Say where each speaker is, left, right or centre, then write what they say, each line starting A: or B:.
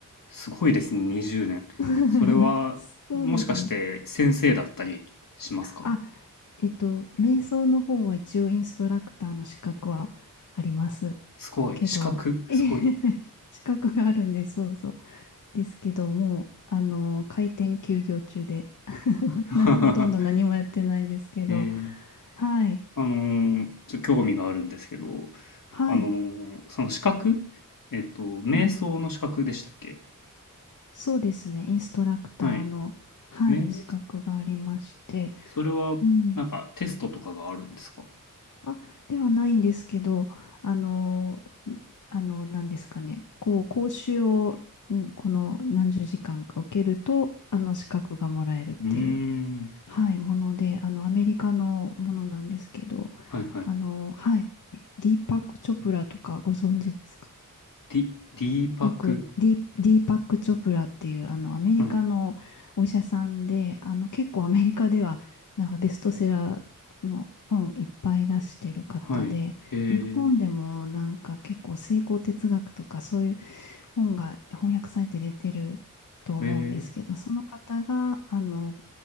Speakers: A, on the left; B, on the left.
A: すごいですね、20年。
B: <laughs>
A: それは、
B: そうですね。
A: もしかして先生だったりしますか
B: あ、えっと、瞑想の方は一応インストラクターの資格はあります
A: すごい、
B: けど、
A: 資格、
B: えへへ資格があるんです。
A: すごい。
B: そうそう。ですけど、もう、あの、開店休業中で、<laughs>
A: <laughs>
B: なほとんど何もやってないですけど、
A: えー
B: はい、
A: あのーちょっと興味があるんですけど、
B: はい、
A: あのーその資格えっと、瞑想の資格でしたっけ
B: うん、そうですね、インストラクターの、
A: はい。
B: はい、
A: 瞑
B: 資格がありまして、
A: それは、
B: うん、
A: なんかテストとかがあるんですか
B: あ、ではないんですけど、あの、あの、なんですかね、こう、講習を、んこの何十時間か受けると、あの、資格がもらえるっていう
A: うーん。
B: はい、もので、あの、アメリカのものなんですけど、
A: はいはい。
B: あの、はい、ディーパック・チョプラとかご存知ですか
A: ディ、ディーパク。
B: よくディ、ディーパック・チョプラっていう、あの、アメリカのお医者さんで、
A: はい。
B: あの、結構アメリカでは、なんかベストセラーの本いっぱい出してる方で、
A: はい。えー、
B: 日本でもなんか結構成功哲学とかそういう本が翻訳されて出てると思うんですけど、
A: え
B: その方が、あの、